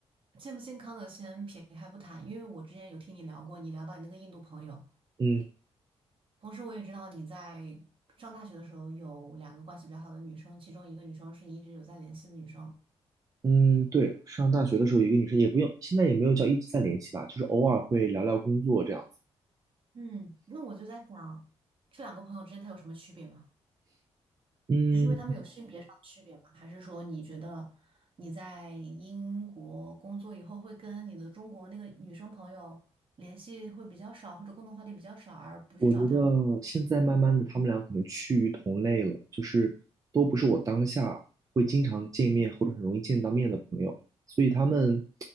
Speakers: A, on the right (about 50°); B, on the right (about 30°).
A: 健不健康的先撇开不谈，因为我之前有听你聊过，你聊到你那个印度朋友，
B: 嗯
A: 同时我也知道你在上大学的时候有两个关系比较好的女生，其中一个女生是你一直有在联系的女生。
B: 嗯，对，上大学的时候有一个女生也不用，现在也没有叫一直在联系吧，就是偶尔会聊聊工作这样子。
A: 嗯，那我就在想，这两个朋友之间她有什么区别吗？
B: 嗯，
A: 只是因为他们有性别上的区别吗？还是说你觉得你在英国工作以后会跟你的中国那个女生朋友联系会比较少，或者共同话题比较少，而不去找她吗？
B: 我觉得现在慢慢的他们俩可能趋于同类了，就是都不是我当下会经常见面或者很容易见到面的朋友，所以他们